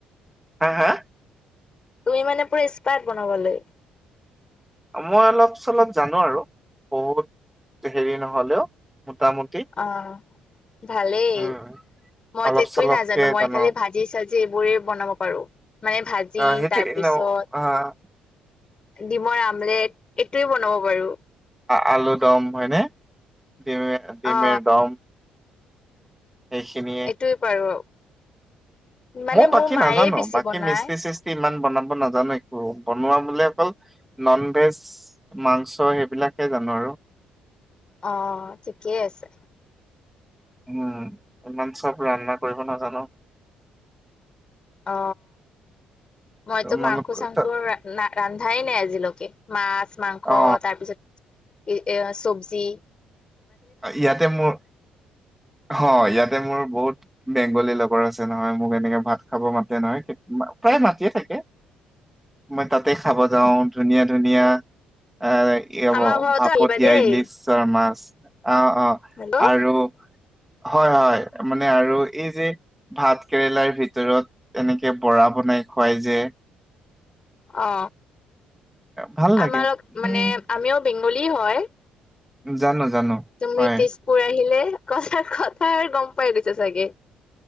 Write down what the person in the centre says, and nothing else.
হা হা?
মই অলপ চলপ জানো আৰু বহুত হেৰি নহ'লেও মোটামুট
উম
অলপ
চলপকে
জানো
আহ সেইটো
ন আহ
আ আলু দম হয়নে? ডিমে ডিমেৰ
দম। সেইখিনিয়ে
ময়ো বাকী
নাজানো
বাকী
মিস্তি চিস্তি ইমান বনাব নাজানো একো। বনোৱা বুলি অকল ননভেজ মাংছ' সেইবিলাকে জানো আৰু।
উম ইমান চব ৰান্ধা কৰিব নাজানো।
তোমালোক
ত-
অ
ইয়াতে মোৰ হ ইয়াতে মোৰ বহুত বেংগলী লগৰ আছে নহয়। মোক এনেকে ভাত খাব মাতে নহয়, প্ৰায় মাতিয়ে থাকে। মই তাতে খাব যাও ধুনীয়া ধুনীয়া এ কি হ'ব
ভাপত
দিয়া
ইলিচৰ মাছ, অ অ।
আৰু হয় হয় মানে আৰু এই যে ভাত কেৰেলাৰ ভিতৰত এনেকে বৰা বনাই খুৱাই যে।
ভাল লাগে
উম,
জানো, জানো।
হয়।